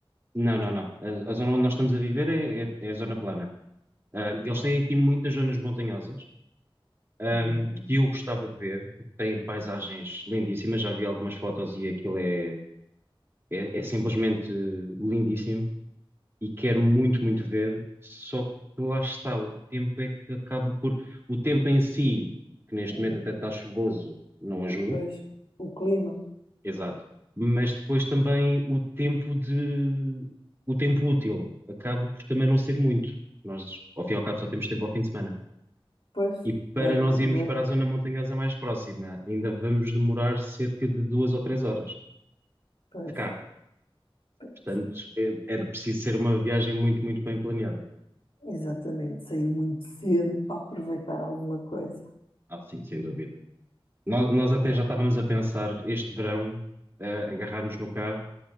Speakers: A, on the right (about 25°); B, on the left (about 75°).
A: não, não, não. A, a zona onde nós estamos a viver é, é- é a zona plana. Ah, eles
B: Não há.
A: têm aqui muitas zonas montanhosas, ahm,
B: Uhum.
A: que eu gostava de ver, porque têm paisagens lindíssimas. Já vi algumas fotos e aquilo é, é, é simplesmente lindíssimo e quero muito, muito ver. Só que lá está, o tempo é que acaba por. O tempo em si, que neste
B: Uhum.
A: momento até está chuvoso, não ajuda
B: Pois, o clima.
A: Exato. Mas depois também o tempo de o tempo útil acaba por também não ser muito. Nós, ao fim e ao cabo, só temos tempo ao fim de semana.
B: Pois,
A: E para
B: é o
A: nós
B: problema.
A: irmos para a zona montanhosa mais próxima, ainda vamos demorar cerca de duas ou três horas
B: Pois,
A: de carro.
B: pois.
A: Portanto, é- era preciso ser uma viagem muito, muito bem planeada.
B: Exatamente, sair muito cedo para aproveitar alguma coisa.
A: Ah, sim, sem dúvida. Nós, nós até já estávamos a pensar este verão, eh, agarrarmos no carro